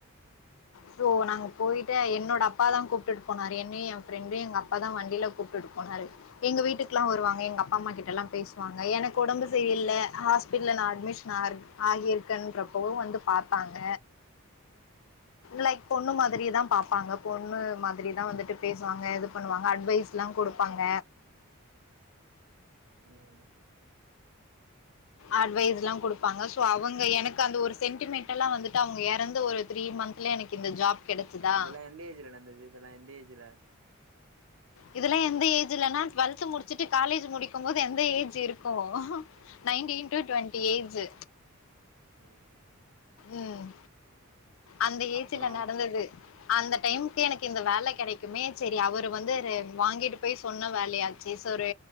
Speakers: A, on the left; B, on the right.
A: சோ நாங்க போய்ட்டு என்னோட அப் அப்பா தா கூப்டுட் போனாரு என்ன என் ஃப்ரெண்டு எங்க அப்பா தா வண்டில கூப்டுட் போனாரு எங்க வீட்டுக்லா வருவாங்க எங்க அப்பா அம்மா கிட்டல்லா பேசுவாங்க எனக்கு ஒடம்பு சரியல்ல ஹாஸ்பிடல்ல நா அட்மிஷன் ஆர் ஆகியிருக்கன்றப்பவு வந்து பாத்தாங்க லைக் பொண்ணு மாதிரிதா பாப்பாங்க பொண்ணு மாதிரிதா வந்துட்டு பேசுவாங்க இது பண்ணுவாங்க அட்வைஸ்ல்லா குடுப்பாங்க
B: ம்
A: அட்வைஸ்லா குடுப்பாங்க சோ அவங்க எனக்கு அந்த ஒரு சென்டிமெண்டெலா வந்துட்டு அவுங்க எறந்து ஒரு த்ரீ மந்த் ல எனக்கு இந்த ஜாப் கெடச்சுதா.
B: இதெல்லா எந்த ஏஜ்ல நடந்தது இதெல்லா எந்த ஏஜ்ல
A: இதெல்லா எந்த ஏஜிலனா டுவெல்த் முடிச்சுட்டு காலேஜ் முடிக்கும் போது எந்த ஏஜ் இருக்கு நைன்டீன் டு டு்வெண்ட்டி ஏஜூ
B: ம்
A: ம் அந்த ஏஜுல
B: அப்புறோ
A: நடந்தது அந்த டைம்க்கு எனக்கு இந்த வேல கெடைக்குமே செரி அவரு வந்து வாங்கிட்டு போய் சொன்ன வேலயா ச்சீஸ் ஒரு